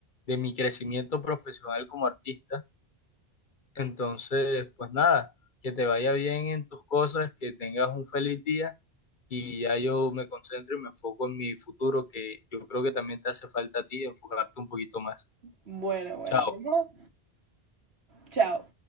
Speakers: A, on the left (about 55°); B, on the right (about 75°).
A: de mi crecimiento profesional como artista. Entonces, pues nada, que te vaya bien en tus cosas, que tengas un feliz día y ya yo me concentro y me enfoco en mi futuro, que yo creo que también te hace falta a ti enfocarte un poquito más.
B: Bueno, bueno,
A: Chao.
B: vamos. Chao.